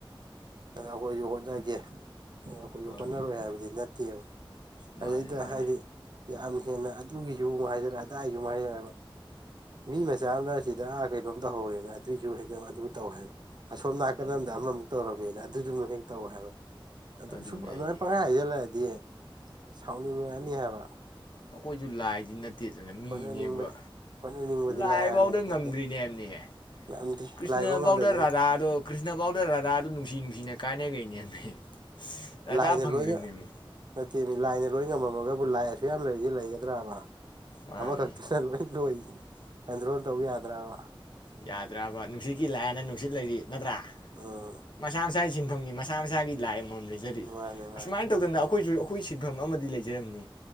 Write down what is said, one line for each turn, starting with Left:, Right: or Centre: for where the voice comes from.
Right: ꯑꯗꯨꯅ ꯑꯈꯣꯏꯖꯨ ꯍꯣꯠꯅꯒꯦ ꯑꯈꯣꯏꯖꯨ
Left: ꯍꯣꯏ
Right: ꯍꯣꯠꯅꯔꯣꯏ ꯍꯥꯏꯕꯗꯤ ꯅꯠ ꯇꯦꯕ
Left: ꯃꯥꯅꯤ
Right: ꯑꯗꯩꯗ
Left: ꯃꯥꯅꯤ
Right: ꯍꯥꯏꯗꯤ ꯌꯥꯝ ꯍꯦꯟꯅ ꯑꯗꯨꯒꯤꯖꯨ ꯑꯃꯨꯛ ꯍꯥꯏꯖꯜꯂꯛ ꯑꯗꯥꯒꯤꯖꯨ ꯑꯃꯨꯛ ꯍꯥꯏꯖꯜꯂꯛ ꯑꯦꯕꯥ ꯃꯤ ꯃꯆꯥ ꯑꯃꯅ ꯁꯤꯗ ꯀꯩꯅꯣꯝ ꯇꯧꯍꯧꯔꯦꯒ ꯑꯗꯨꯏꯖꯨ ꯍꯦꯡꯇ ꯑꯗꯨ ꯇꯧꯍꯥꯏꯕꯥ ꯑꯁꯣꯝ ꯅꯥꯀꯟ
Left: ꯑꯗꯨꯅꯦ
Right: ꯑꯝꯗ ꯑꯃꯃꯨꯛ ꯇꯧꯔꯝꯃꯦꯅ ꯑꯗꯨꯖꯨꯃꯨꯛ ꯍꯦꯛꯇꯧ ꯍꯥꯏꯕ ꯑꯗꯨ
Left: ꯑꯗꯨꯅꯦ
Right: ꯁꯨꯝ ꯑꯗꯨꯃꯥꯏ
Left: ꯍꯥꯏꯁꯦ
Right: ꯄꯪꯍꯥꯏ ꯍꯥꯏꯖꯜꯂꯛꯑꯗꯤ ꯁꯥꯎꯅꯤꯡꯉꯛꯑꯅꯤ ꯍꯥꯏꯕ
Left: ꯑꯈꯣꯏꯖꯨ ꯂꯥꯏꯗꯤ ꯅꯠ ꯇꯦꯗꯅ ꯃꯤꯅꯦꯕ
Right: ꯍꯣꯠꯅꯅꯤꯡꯕ ꯍꯣꯠꯅꯅꯤꯡꯕꯗꯤ
Left: ꯂꯥꯏꯐꯥꯎꯗ
Right: ꯂꯥꯏꯔꯗꯅ ꯑꯗꯩꯗꯤ
Left: ꯉꯝꯗ꯭ꯔꯤꯅꯦꯑꯝꯅꯤ
Right: ꯉꯝꯗꯦ
Left: ꯀ꯭ꯔꯤꯁꯅꯐꯧꯗ
Right: ꯂꯥꯏꯕ ꯉꯝꯗꯗꯅ
Left: ꯔꯥꯙꯥꯗꯣ ꯀ꯭ꯔꯤꯁꯅꯐꯥꯎꯗ ꯔꯥꯙꯥꯗꯣ ꯅꯨꯡꯁꯤ ꯅꯨꯡꯁꯤꯅ ꯀꯥꯥꯏꯅꯒ꯭ꯔꯤꯅꯦꯄꯤ ꯔꯗꯥ
Right: ꯂꯥꯏꯅ
Left: ꯐꯪꯗ꯭ꯔꯤꯕꯅꯦꯑꯝꯅꯤ
Right: ꯂꯣꯏꯅ ꯅꯠꯇꯦ ꯃꯤ ꯂꯥꯏꯅ ꯂꯣꯏ ꯉꯝꯃꯝꯃꯒꯕꯨ ꯂꯥꯏ ꯑꯁꯨꯛ ꯌꯥꯝ ꯂꯩꯔꯤꯖꯦ ꯂꯩꯒꯗ꯭ꯔꯥꯕ
Left: ꯃꯥꯅꯦ
Right: ꯑꯃ ꯀꯥꯛꯇꯨꯅ ꯂꫭꯏ ꯂꫭꯏ ꯀꯟꯇ꯭ꯔꫭꯜ ꯇꯧ ꯌꯥꯗ꯭ꯔꯕ
Left: ꯌꯥꯗ꯭ꯔꯕ ꯅꯨꯡꯁꯤꯠꯀꯤ ꯂꯥꯏꯅ ꯅꯨꯡꯁꯤꯠ ꯂꯩꯔꯤ ꯅꯠꯇ꯭ꯔꯥ
Right: ꯎꯝ
Left: ꯃꯁꯥ ꯃꯁꯥꯁꯤꯟ ꯐꯝꯒꯤ ꯃꯁꯥ ꯃꯁꯥꯒꯤ ꯂꯥꯏ ꯂꯩꯖꯔꯤ
Right: ꯃꯥꯅꯦ ꯃꯥꯅꯦ
Left: ꯑꯁꯨꯃꯥꯏꯅ ꯇꯧꯗꯅ ꯑꯈꫭꯏꯖꯨ ꯑꯈꯣꯏ ꯁꯤꯟꯐꯝ ꯑꯃꯗꯤ ꯂꯩꯖꯔꯝꯅꯤ